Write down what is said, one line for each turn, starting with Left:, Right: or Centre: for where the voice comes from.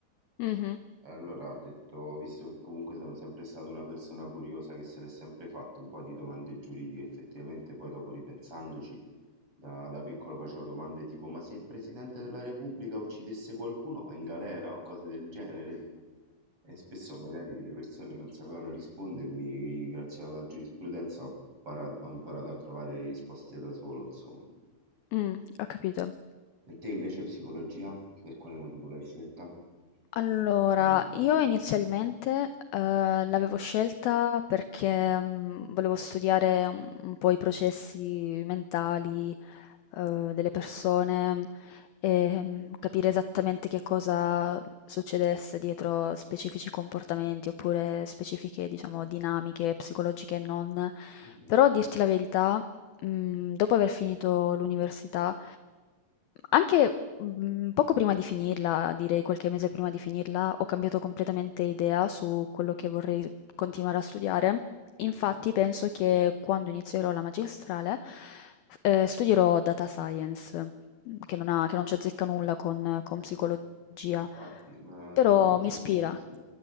Left: Mh-mh.
Right: E allora ho detto, visto che comunque sono sempre stata una persona curiosa che se l'è sempre fatta un po' di domande giuridiche, effettivamente poi dopo ripensandoci, da, da piccolo facevo domande tipo, ma se il Presidente della Repubblica uccidesse qualcuno va in galera o cose del genere? E spesso magari le persone non sapevano rispondermi, grazie alla giurisprudenza ho imparato, ho imparato a trovare risposte da solo, insomma.
Left: Mh, <laughs> ho capito.
Right: E te invece psicologia, per quale motivo l'hai scelta?
Left: Allora,
Right: Per quale motivo?
Left: io inizialmente, ehm, l'avevo scelta perché, mhmm, volevo studiare un un po' i processi mentali, ehm, delle persone, ehm, capire esattamente che cosa succedesse dietro specifici comportamenti oppure specifiche, diciamo, dinamiche psicologiche e non.
Right: Mhm,
Left: Però a dirti la verità, mhmm, dopo aver finito l'università anche, mhmm, poco prima di finirla, direi qualche mese prima di finirla, ho cambiato completamente idea su quello che vorrei continuare a studiare.
Right: Ok.
Left: Infatti penso che quando inizierò la magistrale, f ehm, studierò data science, mhmm, che non ha che non c'azzecca nulla con con
Right: Eh,
Left: psicologia,
Right: Infatti, ma
Left: però
Right: in cosa
Left: mi ispira.
Right: consiste?